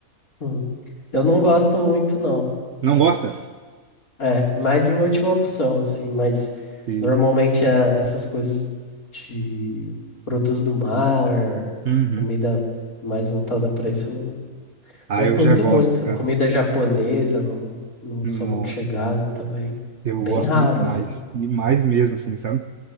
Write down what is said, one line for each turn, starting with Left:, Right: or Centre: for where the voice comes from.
Left: Uhum. Eu não gosto muito, não,
Right: Não
Left: mas
Right: gosta?
Left: é, mais em última opção, assim, mas
Right: Sim.
Left: normalmente é essas coisas de frutos do mar,
Right: Uhum.
Left: comida mais voltada para isso, eu não,
Right: Ah,
Left: não
Right: eu
Left: curto
Right: já gosto,
Left: muito.
Right: cara.
Left: Comida japonesa, não, não
Right: Nossa,
Left: sou muito chegado também.
Right: eu
Left: Bem
Right: gosto
Left: raro,
Right: demais.
Left: assim.
Right: Demais mesmo, assim, sabe?